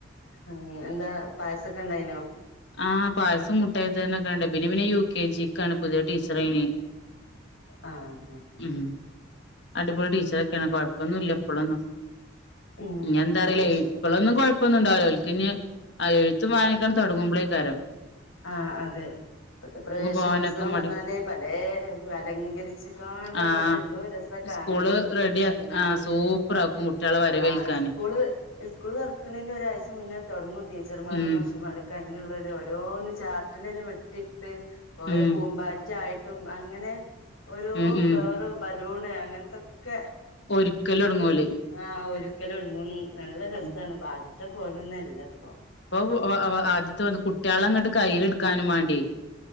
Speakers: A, on the left; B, on the left.
A: ഉം എന്താ പായസൊക്കെ ഇണ്ടായിനോ
B: ആഹ് പായസം മുട്ടായ് തന്നൊക്കാണ്ട് പിന്നെ പിന്നെ യു കെ ജിക്കാണ് പുതിയ ടീച്ചറയിന്
A: ആഹ്
B: ഉം അടിപൊളി ടീച്ചറൊക്കെയാണ് കൊഴപ്പൊന്നുല്ല പ്പളൊന്നും
A: ഉം
B: ഞി എന്താ
A: പ്രവേശന
B: അറിലാ ഇപ്പളൊന്നും കൊഴ പ്പൊന്നുംണ്ടാവുല ഒൽക്കിഞ് ആഹ് എഴ്ത്തും വായനക്കണ് തൊടങ്ങുമ്പോളേക്കാരം
A: ആഹ് അതെ ഇപ്പത്തെ പ്രവേശനോത്സവം
B: പോവാനൊക്കെ
A: പറഞ്ഞാല്
B: മടി
A: പലേ അലങ്കരിച്ചിക്കാണ്ട്
B: ആഹ്
A: അങ്ങിട്ട് എന്തോ രസ കാണാനും
B: സ്കൂള്
A: സ്കൂക്ക
B: റെഡിയാ
A: ചെന്നാല്
B: ആഹ് സൂപ്പറാക്കും
A: അത്
B: കുട്ടികളെ വരവേൽക്കാന്
A: ആഹ് സ്കൂള് ഇസ്കൂള് തൊറക്ക്ണേന്റെ ഒരാഴ്ച മുന്നേ തൊടങ്ങും ടീച്ചർമാരും
B: ഉം
A: മാഷ്മാരുംക്കെ അയിനുള്ളൊരു ഒ രോന്ന് ചാർട്ടിലന്നെ വെട്ടിയെടുത്ത് ഓരോ
B: ഉം
A: പൂമ്പാറ്റായിട്ടും അങ്ങനെ ഓരോ
B: ഉം ഉം
A: ഫ്ലവർ ബലൂണ് അങ്ങനത്തൊക്കെ
B: ഒരുക്കലൊടങ്ങും
A: ന്നിട്ട്
B: ഓല്
A: ആഹ് ഒരിക്കലും ഉം നല്ല രസാണ്
B: ഉം
A: ബാദ്യത്തെ പോലൊന്നല്ല പ്പോ
B: ഇപ്പം വ വ ആദ്യത്തെ വന്ന കുട്ടികള അങ്ങട്ട് കയ്യിലെടുക്കാനും വാണ്ടിയേ